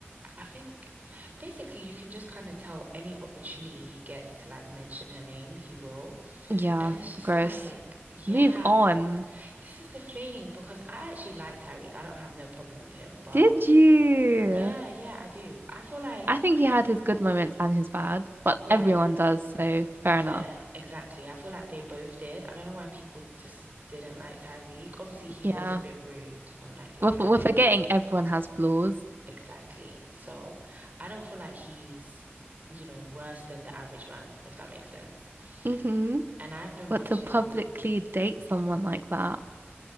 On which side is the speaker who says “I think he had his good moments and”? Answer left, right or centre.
Right